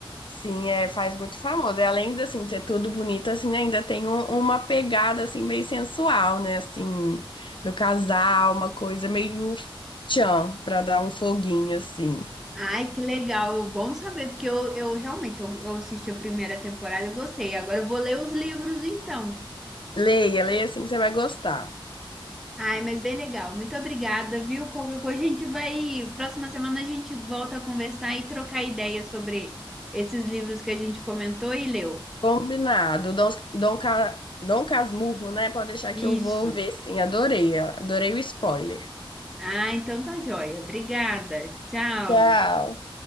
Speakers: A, on the left; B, in the centre.
A: Sim, é, faz muito famoso. E Além de, assim, de ser tudo bonito, assim, ainda tem um- uma pegada, assim, meio sensual, né? Assim, do casal, uma coisa meio tchan, pra dar um foguinho, assim.
B: Ai, que legal, bom saber, porque eu, eu realmente eu, eu assisti a primeira temporada e gostei. Agora eu vou ler os livros então.
A: Leia, leia, assim, que você vai gostar.
B: Ai, mas bem legal. Muito obrigada, viu? Qualquer coisa a gente vai. Próxima semana a gente volta a conversar e trocar ideias sobre esses livros que a gente comentou e leu.
A: Combinado. Dom, Dom, Ca- Dom Casmurro, né? Pode deixar
B: Isso.
A: que eu vou ver, sim. Adorei, adorei o spoiler.
B: Ah, então tá joia. Obrigada. Tchau.
A: Tchau.